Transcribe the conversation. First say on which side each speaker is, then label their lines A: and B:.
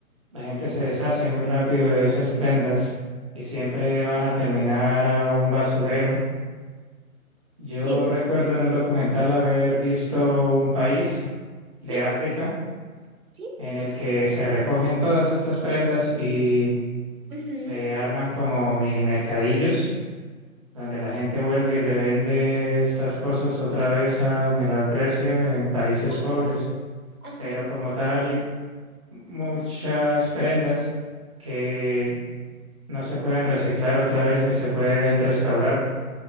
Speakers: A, on the right (about 25°); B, on the right (about 80°).
A: la gente se deshace muy rápido de esas prendas y siempre van a terminar a un basurero. Yo
B: Sí, correcto.
A: recuerdo en un documental haber visto un país
B: Sí,
A: de África
B: sí.
A: en el que se recogen todas estas prendas y
B: Ujú.
A: se arman como mini mercadillos, donde la gente vuelve y revende estas cosas otra vez a menor precio en países
B: Oh.
A: pobres.
B: Ajá.
A: Pero como tal, muchas prendas que no se pueden reciclar otra vez ni se pueden restaurar,